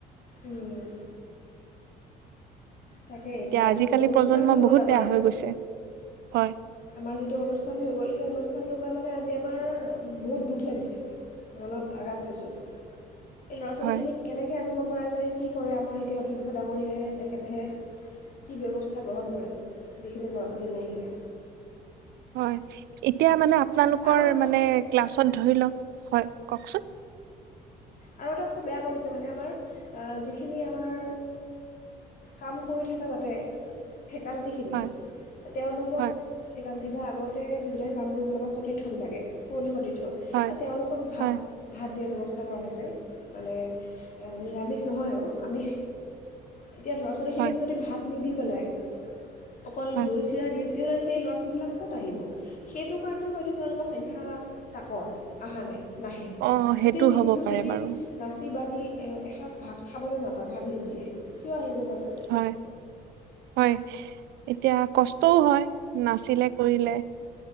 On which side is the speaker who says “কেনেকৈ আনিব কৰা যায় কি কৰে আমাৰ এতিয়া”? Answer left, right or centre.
Left